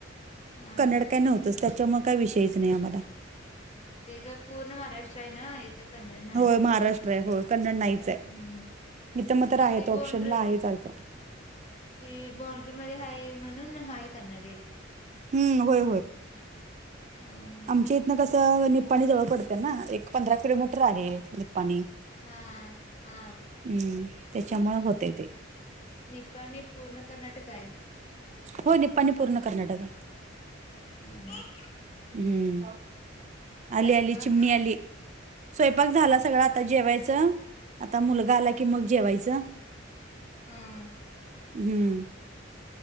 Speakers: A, on the left (about 35°); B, on the right (about 35°).
A: हा
B: कन्नड काय न्हवतच त्याच्यामुळे काय विषयच नाही आम्हाला
A: ते का पूर्ण महाराष्ट्र आहे ना कन्नड नाही.
B: होय महाराष्ट्र आहे हो कन्नड नाहीच आहे
A: हम्म
B: मी तर मग तर आहे
A: ते
B: तो ऑप्शनला
A: बांड्री
B: आहे चालतं
A: ते बॉन्ड्री मध्ये हाय म्हणून हाय कन्नड
B: हम्म होय
A: ह
B: च्या इथन कसं निप्पाणी जवळ पडतें ना एक पंधरा किलोमीटर आहे निप्पाणी
A: हा हा
B: हम्म त्याच्यामुळ होतय ते
A: निपाणी पूर्ण कर्नाटक आहे
B: हो निप्पाणी पूर्ण कर्नाटक आहे
A: हम
B: हम्म अली
A: स्वयंपाक
B: अली चिमणी आली स्वयंपाक झाला सगळा आता जेवायचं आता मुलगा आला कि मग जेवायचं
A: हम
B: हम्म